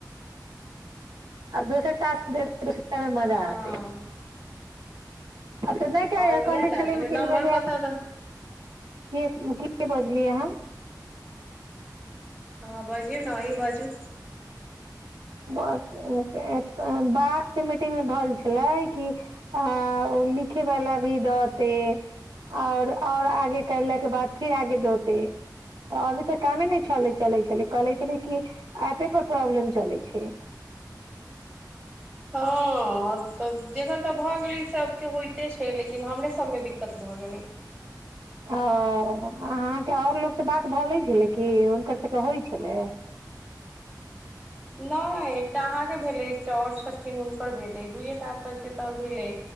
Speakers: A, on the right; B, on the right.
A: आब दोसर टास्क भेटतै दोसरा में मजा
B: हँ
A: आतै आब तऽ नै कह
B: और ये
A: कहली
B: ने
A: छलीन
B: एहिमे
A: मीटिंग
B: नम्बर
A: में जे
B: कतऽ
A: के की बजलीयै अहाँ
B: हँ बजियौ न अहीं बाजू
A: बात जे मीटिंग में भल छलै, कि आ ओ लिखेवला भी दऽतै, और-और आगे करलाक के बाद फिर आगे दौतै। तऽ अभी तऽ कामे नै चलै छलै कहले छलै कि एपे पर प्रॉब्लम चलै छै।
B: हँ तऽ जेकर तऽ भऽ गेलै सबके होयते छै, लेकि लेकिन हमरे सब में दिक्कत भऽ गेलै।
A: ओ अहाँके और लोकसँ बात भऽ गेलै कि हुनकर सबके होइ छलै।
B: नै एकटा अहाँके भेलै एकटा और छथिन हुनकर भेलै दूएटा तऽ के तऽ भेलै